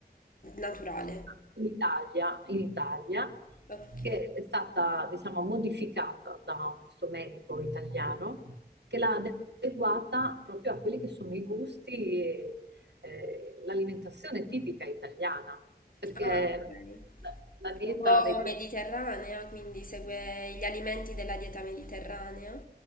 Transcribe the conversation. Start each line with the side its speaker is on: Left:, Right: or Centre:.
Left: Naturale.
Right: cioè, in Italia, in Italia,
Left: Ok.
Right: che è stata diciamo, modificata da questo medico italiano che l'ha adeguata proprio a quelli che sono i gusti e eh, l'alimentazione tipica italiana, perché
Left: Ah, ok.
Right: la, la dieta
Left: un po'
Right: dei gusti
Left: mediterranea, quindi segue gli alimenti della dieta mediterranea.